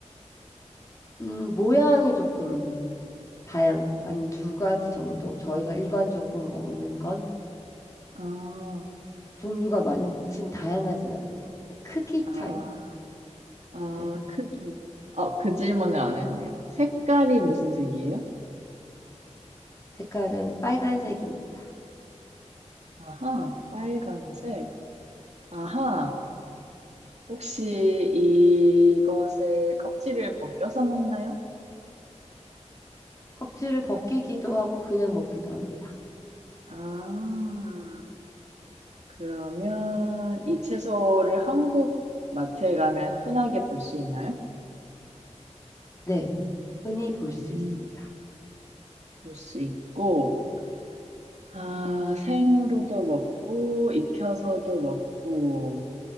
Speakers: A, on the left; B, on the right.
A: 음, 모양이 조금 다양한 두 가지 정도 저희가 일반적으로 먹는 건
B: 아,
A: 종류가 많진 다양하진 않는 것 같아요. 크기
B: 아,
A: 차이인 것 같아요.
B: 아,
A: 네.
B: 크기. 어, 그 질문을 안 했네요. 색깔이 무슨 색이에요?
A: 색깔은 빨간색입니다.
B: 아하, 빨간색. 아하, 혹시 이것을 껍질을 벗겨서 먹나요?
A: 껍질을 벗기기도 하고 그냥 먹기도 합니다.
B: 아, 그러면 이 채소를 한국 마트에 가면 흔하게 볼 수 있나요?
A: 네. 흔히 볼 수
B: 음,
A: 있습니다.
B: 볼 수 있고, 아, 생으로도 먹고, 익혀서도 먹고,